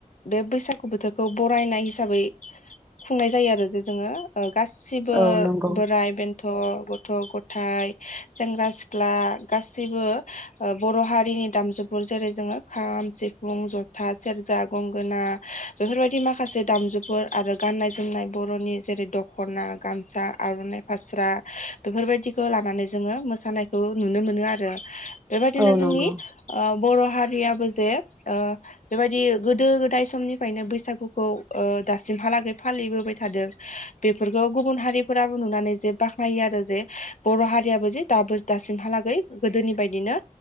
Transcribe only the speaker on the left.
बे बैसाग गु बोथोरखौ बरायनाय हिसाबै <inaudible> खुंनाय जायो आरो जे जोङो ओ गासिबो
बोराय बेन <inaudible> गथ' गथाय सेंग्रा- सिख्ला गासिबो ओ बर' हारिनि दामजोब <inaudible> जेरै जोङो खाम सिफुं ज'था सेरजा गंगोना बेफोरबायदि माखासे दामजुफोर आरो गान्नाय जोमनाय बर'नि जेरै दख'ना गामसा आरननाइ फा स्रा <unintelligible> बेफोरबायदिखो लानानै जोङो मोसानायखौ नुनो मोनो आरो बेबायदिनो
जोंनि बर' हारियाबो जे ओ बेबायदि गोदो गोदाय समनिफ्रायनो बैसागुखौ ओ दासिमहालागै फालिबोबाय थादों बेफोरखौ गुबुन हारिफोराबो नुनानै जे बाख्नायो आरो जे बर' हारियाबो जे दाबो दासिमहालागै गोदोनि बायदिनो